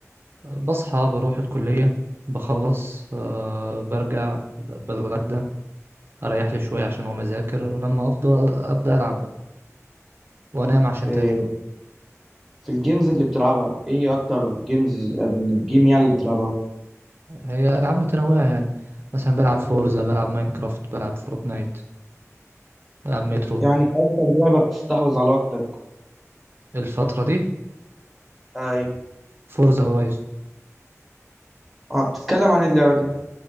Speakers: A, on the right; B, in the centre.
A: بصحى بروح الكلية بخلص أه برجع ب- بتغدى اريح لي شوية عشان اقوم اذاكر ولما افضى ابدأ العب بقى. وانام عشان
B: آه
A: تاني يوم
B: في الجيمز اللي بتلعبها ايه اكتر جيمز من الجيم يعني اللي بتلعبها
A: هي العاب متنوعه يعني مثلا بلعب فورزا بلعب ماينكرافت بلعب فورتنايت بلعب مترو
B: يعني أكتر لعبة بتستحوذ على وقتك
A: الفتره دي
B: اي
A: فورزا هورايزون
B: اه بتتكلم عن ايه اللعبة دي؟